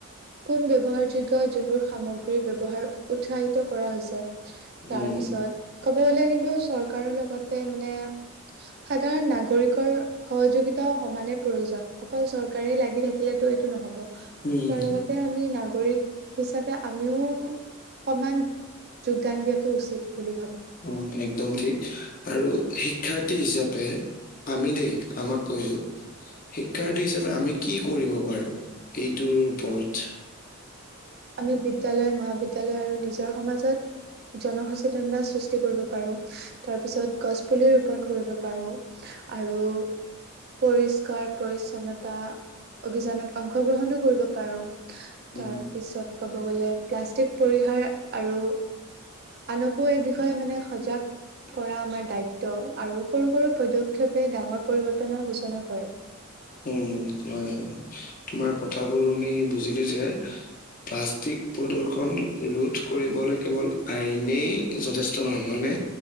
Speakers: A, on the right; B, on the left.
A: পোন ব্যৱহাৰযোগ্য যোনবোৰ সামগ্ৰী ব্যৱহাৰ উৎসাহিত কৰা হৈছে।
B: উম
A: তাৰপিছত ক'ব গ'লে কিন্তু চৰকাৰৰ লগতে মানে সাধাৰণ নাগৰিকৰ সহযোগিতা তা সমানে প্ৰয়োজন। অকল চৰকাৰে লাগি থাকিলেতো এইটো নহ'ব।
B: উম
A: তাৰ লগতে আমি নাগৰিক হিচাপে আমিও সমান যোগদান দিয়াটো উচিত বুলি ভাবো।
B: উম, একদম ঠিক। আৰু শিক্ষাৰ্থী হিচাপে আমি দেই আমাক কৈছো। শিক্ষাৰ্থী হিচাপে আমি কি কৰিব পাৰো এইটোৰ ওপৰত।
A: আমি বিদ্যয়ালয়, মহাবিদ্যয়ালয় আৰু নিজৰ সমাজত জনসচেতনতা সৃষ্টি কৰিব পাৰো। তাৰপিছত গছ পুলি ৰোপন কৰিব পাৰো। আৰু পৰিষ্কাৰ-পৰিচ্ছন্নতা। অভিযানত অংশগ্ৰহণো কৰিব পাৰো।
B: উম,
A: তাৰ পিছত ক'ব গ'লে প্লাষ্টিক পৰিহাৰ আৰু আনকো এই বিষয়ে মানে সজাগ কৰা আমাৰ দায়িত্ব। আৰু সৰু সৰু পদক্ষেপে ডাঙৰ পৰিৱৰ্তনৰ সূচনা কৰে।
B: উম, হয় হয়। তোমাৰ কথাবোৰ শুনি বুজিলো যে প্লাষ্টিক প্ৰদূষণ ৰোধ কৰিবলৈ কেৱল আইনে যথেষ্ট নহয় হয়নে।